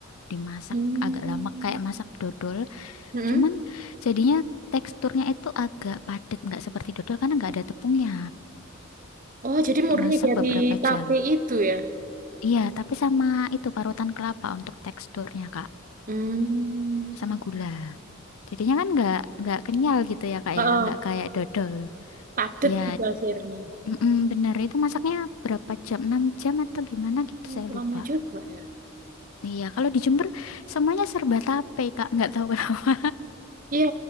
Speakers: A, on the left; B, on the right.
A: Dimasak
B: Hmm.
A: agak lama kayak masak dodol.
B: Mm-mm.
A: Cuman jadinya teksturnya itu agak padat, nggak seperti dodol karena nggak ada tepungnya.
B: Oh, jadi murni
A: Dimasak
B: dari
A: beberapa
B: tape
A: jam.
B: itu ya?
A: Iya, tapi sama itu parutan kelapa untuk teksturnya Kak,
B: Hmm.
A: sama gula. Jadinya kan nggak nggak kenyal gitu ya Kak
B: Oh,
A: ya, nggak kayak dodol.
B: padat
A: Ya,
B: gitu akhirnya.
A: Mm-mm, bener, itu masaknya berapa jam? enam jam atau gimana gitu,
B: Oh,
A: saya
B: lama
A: lupa.
B: juga ya.
A: Iya, kalau di Jember semuanya serba tape, Kak. Nggak tahu kenapa.
B: Iya,